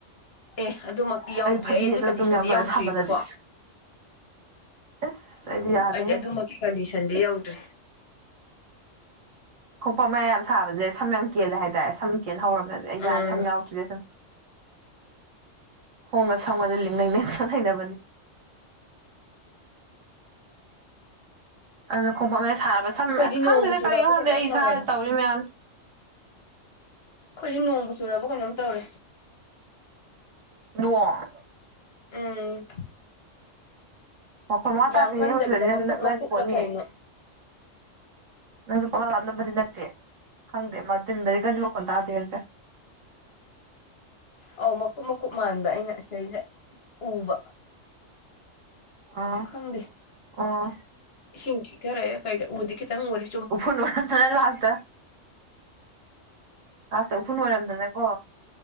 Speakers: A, on the left (about 55°); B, on the right (about 85°).
A: ꯑꯦ ꯑꯗꯨꯃꯛꯇꯤ ꯌꯥꯎꯗ꯭ꯔꯤ
B: ꯑꯩꯗꯤ ꯐꯗꯤꯅ
A: ꯑꯩ ꯑꯗꯨꯒꯤ
B: ꯌꯦꯠꯁꯜꯂꯒ
A: ꯀꯟꯗꯤꯁꯟꯗꯤ
B: ꯇꯨꯝ ꯌꯥꯎꯖꯥꯠꯅꯤ
A: ꯌꯥꯎꯗ꯭ꯔꯤꯕꯀꯣ
B: ꯁꯥꯃꯜꯂꯗꯤ ꯑꯁ
A: ꯎꯝ
B: ꯌꯥꯗꯦꯍꯦ
A: ꯑꯩꯗꯤ ꯑꯗꯨꯃꯛꯀꯤ ꯀꯟꯗꯤꯁꯟꯗꯤ ꯌꯧꯗ꯭ꯔꯤ
B: ꯈꯣꯡꯄꯥꯛ ꯃꯌꯥꯏ ꯌꯥꯝ ꯁꯥꯕꯁꯦ ꯁꯝ ꯌꯥꯝ ꯀꯦꯜꯂꯦ ꯍꯥꯏꯇꯥꯏ ꯁꯝ ꯀꯦꯟ ꯍꯧꯔꯕꯅ‌ꯦ ꯑꯩ
A: ꯎꯝ
B: ꯁꯝ ꯌꯥꯎꯗ꯭ꯔꯤꯗꯤ ꯁꯨꯝ ꯈꯣꯡꯒ ꯁꯝꯒꯁꯦ ꯂꯤꯡ ꯂꯩꯅꯕꯅꯤꯅ ꯑ ꯈꫭꯡꯄꯥꯛ ꯃꯌꯥꯏ ꯁꯔ ꯁꯝ
A: ꯑꯩꯈꯣꯏꯗꯤ
B: ꯑꯁ
A: ꯅꯣꯡꯕꯨ
B: ꯈꯪꯗꯦꯗꯤ
A: ꯆꯨꯔꯕ
B: ꯀꯔꯤ ꯈꯣꯗꯦ
A: ꯀꯩꯅꯣꯝ
B: ꯑꯩ
A: ꯇꯧꯋꯦꯗ
B: ꯏꯁꯥꯅꯗ ꯇꯧꯔꯤ ꯃꯌꯥꯝꯁ
A: ꯑꯩꯈꯣꯏꯗꯤ ꯅꯣꯡꯃꯕꯨ ꯆꯨꯔꯕ ꯀꯩꯅꯣꯝ ꯇꯧꯔꯦ
B: ꯅꫭꯡ
A: ꯎꯝ
B: ꯑꯣꯈꯣꯏ ꯃ
A: ꯌꯥꯝ
B: ꯇꯥꯗ
A: ꯀꯟꯗꯕꯤꯗ
B: ꯍꯧꯖꯤꯏ ꯁꯤꯗꯗꯤ
A: ꯃꯀꯨꯞ
B: ꯅꯪ ꯅꯛꯅꯗꯤ
A: ꯃꯀꯨꯞꯂ
B: ꯄꯣꯠꯅꯤ
A: ꯀꯩꯅꯣ
B: ꯅꯪꯁꯨ ꯄ ꯪꯂꯥꯞ ꯂꯥꯞꯅꯕꯗꯤ ꯅꯠꯇꯦ ꯈꯪꯗꯦ ꯃꯥ ꯇꯤꯟꯗꯗꯤ ꯀꯔꯤ ꯋꯥꯟ ꯇꯥꯗꯦ ꯍꯥꯏꯁꯦ
A: ꯑ ꯃꯀꯨꯞ ꯃꯀꯨꯞ ꯃꯥꯟꯕ ꯑꯩꯅ ꯑꯁꯤꯇꯩꯁꯤꯇ ꯎꯕ
B: ꯑꯥ
A: ꯈꯪꯗꯦ
B: ꯑꯣ
A: ꯏꯁꯤꯡ ꯊꯤꯊꯔꯛꯑꯦ ꯀꯩꯗꯕꯨꯗꯤ ꯎꯗꯤ ꯈꯤꯇꯪ ꯎ‌ꯗꯤ
B: ꯎꯐꯨꯟ ꯋꯥꯏꯐꯨꯜ ꯊꯣꯛ ꯑꯥ ꯂꯥꯁꯇ ꯑꯁ ꯎꯐꯨꯟ ꯑꯣꯏꯔꯝꯗꯅꯀꯣ